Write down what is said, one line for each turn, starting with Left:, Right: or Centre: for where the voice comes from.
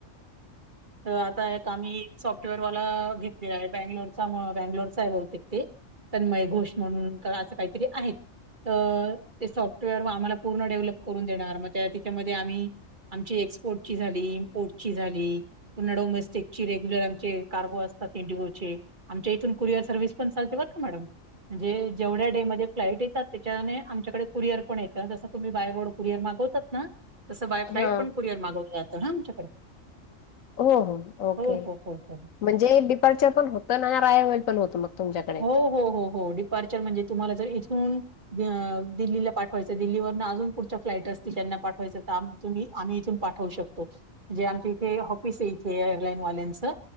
Right: तर आता एक आम्ही सॉफ्टवेअरवाला घेत बंगलोरचा म बंगलोरचा आहे. बहुतेक ते तन्मय घोष म्हणून तर असं काहीतरी आहेत. तर ते सॉफ्टवेअर आम्हाला पूर्ण डेव्हलप करून देणार मग त्या तेच्यामध्ये आम्ही आमची एक्सपोर्टची झाली. कोर्ट ची झाली उन्हाडोमेस्टिक ची रेग्युलर आमचे कार्गो असतात इंडिगोचे आमच्या इथून कुरिअर सर्व्हस पण चालते बरं का मॅडम म्हणजे जेवढ्या डे मध्ये फ्लाईट येतात त्याच्याने आमच्याकडे कुरिअर पण येत जसं तुम्ही बाय रोड कुरिअर मागवतात ना. तसं बाय
Left: हा.
Right: फ्लाईट पण कुरिअर मागवलं जातं हा आमच्याकडे
Left: हो हो ओके
Right: हो हो हो हो
Left: म्हणजे डिपर्चर पण होतं ना राया वेल पण होतं मग तुमच्याकडे
Right: हो हो हो डिप्चर म्हणजे तुम्हाला जरी <unintelligible> अ ते दिलं पाठवायचं दिल्लीवरून अजून पुढच्या फ्लाईट असतील त्यांना पाठवायचं. तुम्ही आम्ही इथून पाठवू शकतो. म्हणजे
Left: हा.
Right: आमचे इथे ऑफिस ये. ते एअरलाईन वाल्यांचं